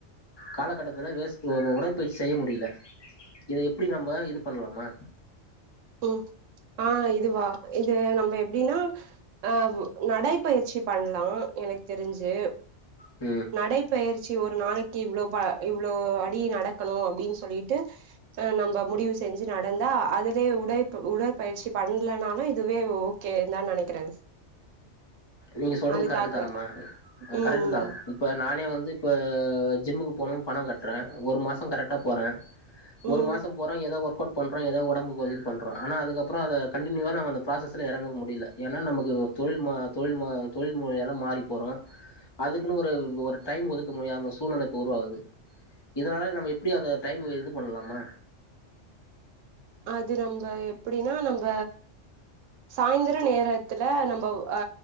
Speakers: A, on the left; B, on the right.
A: காலகட்டத்துல வெஸ்ட்ங்க உடற்பயிற்சி செய்ய முடில இத எப் ப்படி நம்ம இது பண்லாமா
B: ம் ஆ இதுவா இது நம்ம எப்டின்னா ஆ நடைப்பயிற்சி பண்லா எனக்கு தெரிஞ்சி
A: ம்
B: நடைப்பயிற்சி ஒரு நாளைக்கி இவ்ளோ பா இவ்ளோ அடி நடக்கணு அப்டின் சொல்லிட்டு அ நம்ப முடிவு செஞ்சி நடந்தா அது இதே உடைப்பு உடற்பயிற்சி பண்ணலனாதா இதுவே ஓகே தான் நெனைக்கிறே
A: நீங்க சொல்றது
B: அதுக்காக
A: கரெக்ட்டு தானம்மா
B: ம்
A: கரெக்ட்டு
B: ம்
A: தா இப்ப நானே வந்து இப்ப ஜிம்முக்கு போனும்னு பணோ கட்றே ஒரு மாசோ கரெக்டா போறே ஒரு
B: ம்
A: மாசோ போறோம் எதோ ஒர்க் அவுட் பண்ணறோ எதோ உடம்புக்கு வந்துட்டு பண்ணறோ ஆன அதுக்கு அப்பறோ அத கண்டினியூவா நம்ம அந்த ப்ராசஸ்ல எறங்க முடியில ஏன்னா நமக்கு தொழில் மா தொழில் மா தொழில் முறையாலா மாறிப்போறோ அதுக்குன்னு ஒரு ஒரு டைம் ஒதுக்க முடியாம சூழ்நிலை இப்போ உருவாகுது இதுனால நம்ம எப்டி அந்த டைமு இது பண்லாமா
B: அது நம்ப எப்புடின்னா நம்ப சாயந்திரோ நேரத்துல நம்ப ஆ